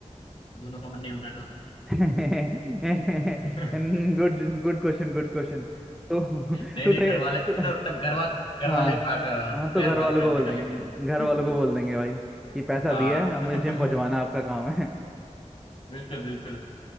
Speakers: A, on the left; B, in the centre.
A: दोनों का मन नहीं होगा तो
B: <laughs> Good
A: <laughs>
B: good question good question तो
A: नहीं
B: तो
A: नहीं
B: ट्रे
A: घर वाले
B: तो,
A: तो तब घर वाले
B: हाँ
A: घर वाले पार्ट
B: हाँ तो
A: पैर
B: घर
A: मार
B: वालों
A: के
B: को बोल
A: निकलेंगे
B: देंगे घर
A: <laughs>
B: वालों को बोल देंगे भाई कि पैसा
A: हाँ
B: दिया है अब
A: <laughs>
B: मुझे जिम पहुंचवाना आपका काम है
A: बिल्कुल बिल्कुल